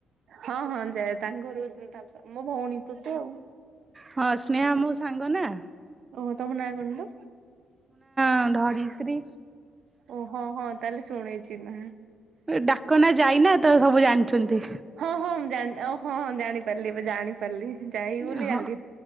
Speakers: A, on the right; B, on the right.
A: ହଁ ହଁ ଯାଏ ତାଙ୍କ ଘର କୁ ତା ମୋ ଭଉଣୀ ତ ସେ ଆଉ।
B: ହଁ ସ୍ନେହା ମୋ ସାଙ୍ଗ ନା।
A: ଓ ହୋ ତମେ ନୟାଗଡ ନା।
B: ହଁ ଧରିତ୍ରୀ।
A: ଓ ହଁ ହଁ ତାହେଲେ ଶୁଣିଛି। ଟି ନା।
B: ଡାକନା ଯାଇନା। ତ ସବୁ ଜାଣିଛନ୍ତି।
A: ହଁ ହଁ ମୁଁ ଜାଣି ଅ ହଁ ହଁ ଜାଣିପାରିଲି ଏବେ ଜାଣିପାରିଲି। ଯାଇ
B: ହଁ
A: ବୋଲି ଜାଣିଲି